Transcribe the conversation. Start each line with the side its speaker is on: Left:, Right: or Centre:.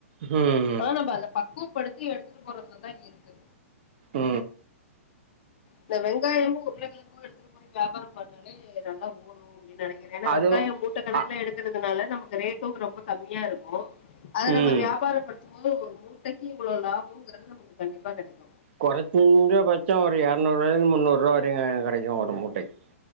Right: ம்
Left: அதான நம்ம அத பக்குவப்படுத்தி எடுத்துட்டு போறதுலதா இருக்கு
Right: ஆ
Left: இந்த வெங்காயமு உருளகெழங்கு எடுத்துட்டு போய் வியாபாரம் பண்ணாலே நல்லா ஓடு அப்டி நெனைக்கிறே ஏன்னா
Right: அது
Left: வெங்காயோ மூட்ட கணக்குல
Right: அ
Left: எடுக்குறதுனால நமக்கு ரேட்டு ரொம்ப கம்மியா இருக்கு அத
Right: ம்
Left: நம்ம வியாபாரப்படுத்தும் போது ஒரு மூட்டைக்கு இவ்ளோ லாபங்குறது நமக்கு கண்டிப்பா கெடைக்கு
Right: கொறஞ்ச பட்சம் ஒரு எரநூறுவாய்லந்து முன்னூறுவா வரைக்கு கெடைக்கு ஒரு மூட்டைக்கு